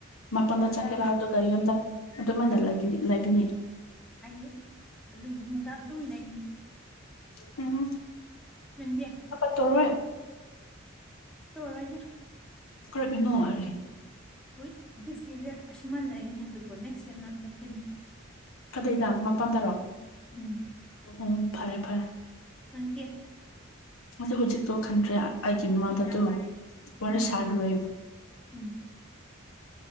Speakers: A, on the left; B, in the centre.
A: ꯃꯄꯥꯟꯗ
B: ꯑꯪ
A: ꯆꯠꯀꯦꯔꯥ ꯑꯗꯨꯒ ꯌꯨꯝꯗ ꯑꯗꯨꯃꯥꯏꯅ ꯂꯩꯒꯅꯤ ꯂꯩꯕꯤꯅꯤ
B: ꯑꯩ ꯑꯗꯨꯝ ꯆꯤꯟꯖꯥꯛ ꯑꯗꯨꯝ ꯂꯩꯒꯅꯤ
A: ꯎꯝ
B: ꯅꯪꯗꯤ ꯍꯝ
A: ꯍꯥꯀꯠꯇꯧꯔꯣꯏ
B: ꯇꯧꯔꯣꯏꯅꯦ
A: ꯀꯔꯤꯠꯅꯣ ꯑꯥꯔꯦ
B: ꯍꯨꯢꯠ ꯗꯤꯁ ꯌꯔꯗ ꯑꯁꯨꯃꯥꯢ ꯂꯩꯒꯅꯤ ꯑꯗꯨꯕꯨ ꯅꯦꯛꯁ ꯌꯔꯅ ꯆꯠꯀꯅꯤ
A: ꯀꯗꯩꯗꯥ ꯃꯄꯥꯟꯗꯔꯣ
B: ꯎꯝ
A: ꯎꯝ ꯐꯔꯦ ꯐꯔꯦ
B: ꯅꯪꯗꯤ
A: ꯑꯗꯣ ꯍꯨꯖꯤꯛꯇꯣ ꯈꯟꯇ꯭ꯔꯦ ꯑꯩꯒꯤ ꯏꯃꯥꯗꯣ ꯗꯣ ꯋꯥꯔꯤ
B: ꯎꯝ
A: ꯁꯥꯗ꯭ꯔꯦ
B: ꯎꯝ